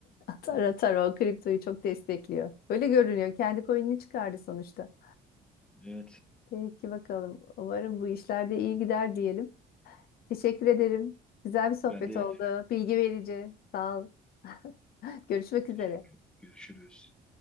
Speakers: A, on the left; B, in the centre.
A: Taro
B: Hı.
A: Taro kriptoyu çok destekliyor. Böyle görünüyor. Kendi coin'ini çıkardı sonuçta.
B: Evet.
A: Peki bakalım. Umarım bu işlerde iyi gider diyelim. Teşekkür ederim. Güzel bir sohbet
B: Ben de
A: oldu. Bilgi verici. Sağ ol. <laughs> Görüşmek
B: teşekkür.
A: üzere.
B: Görüşürüz.